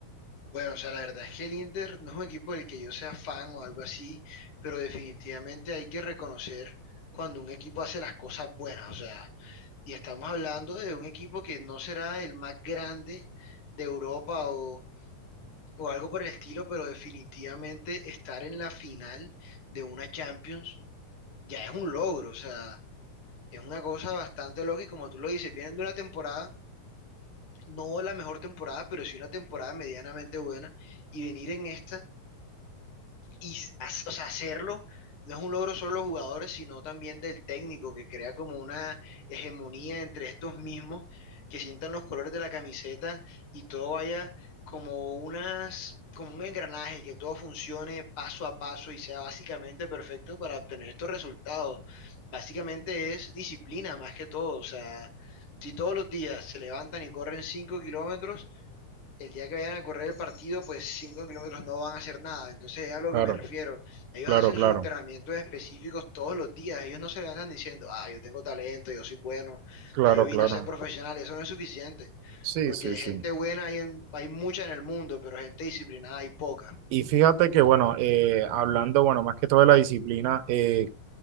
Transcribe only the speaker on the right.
Claro,
claro,
claro,
claro,
claro.
Sí,
sí, sí.
Y fíjate que, bueno, eh, hablando, bueno, más que todo de la disciplina, eh,